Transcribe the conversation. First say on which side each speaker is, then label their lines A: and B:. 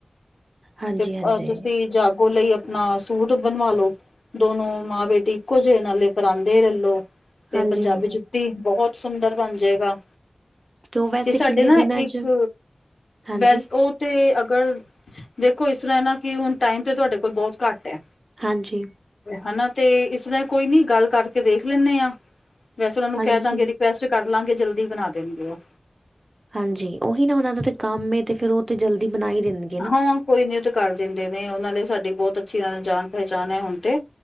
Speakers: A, on the right (about 55°); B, on the left (about 75°).
A: ਹਾਂਜੀ-ਹਾਂਜੀ,
B: ਤੇ ਅਹ ਤੁਸੀਂ ਜਾਗੋ ਲਈ, ਨਾ ਸੂਟ ਬਣਵਾਲੋ ਦੋਨੋ ਮਾਂ ਬੇਟੀ ਇੱਕੋ ਜਿਹੇ ਨਾਲੇ ਪਰਾਂਦੇ ਰੈਲੋ,
A: ਹਾਂਜੀ-ਹਾਂਜੀ
B: ਪੰਜਾਬੀ ਜੁੱਤੀ ਬਹੁਤ ਸੁੰਦਰ ਬਣ ਜਾਏਗਾ।
A: ਉਹ ਵੈਸੇ
B: ਤੇ ਸਾਡੇ
A: ਕਿੰਨੇ
B: ਨਾ
A: ਦਿਨਾਂ
B: ਇੱਕ
A: ਚ ਹਾਂਜੀ
B: ਬੈਸ ਉਹ ਤੇ ਅਗਰ ਦੇਖੋ ਇਸ ਤਰ੍ਹਾਂ ਨਾ ਕਿ, ਹੁਣ ਟਾਈਮ ਤੇ ਤੁਹਾਡੇ ਕੋਲ ਬਹੁਤ ਘੱਟ ਹੈ।
A: ਹਾਂਜੀ,
B: ਹਨਾ, ਤੇ ਇਸਰ੍ਹਾਂ ਕੋਈ ਨੀ ਗੱਲ ਕਰਕੇ ਦੇਖ ਲੈਂਦੇ ਹਾਂ। ਵੈਸੇ ਉਹਨਾ ਨੂੰ
A: ਹਾਂਜੀ,
B: ਕਹਿ ਦਾਂਗੇ, ਰਿਕੁਐਸਟ ਕਰ ਲਾਂਗੇ ਜਲਦੀ ਬਣਾ ਦੇਣਗੇ ਉਹ
A: ਹਾਂਜੀ, ਉਹੀ ਨਾ ਉਹਨਾਂ ਦਾ ਤੇ ਕੰਮ ਤੇ ਫਿਰ ਉਹ ਤੇ ਜਲਦੀ ਬਣਾਈ ਦਿੰਦੇ।
B: ਹਾਂ ਕੋਈ ਨੀ ਉਹ ਤੇ ਕਰ ਦਿੰਦੇ, ਨੇ ਉਹਨਾਂ ਲਈ ਸਾਡੀ ਬਹੁਤ ਅੱਛੀ ਜਾਣ ਪਹਿਚਾਣ ਹੈ, ਹੁਣ ਤੇ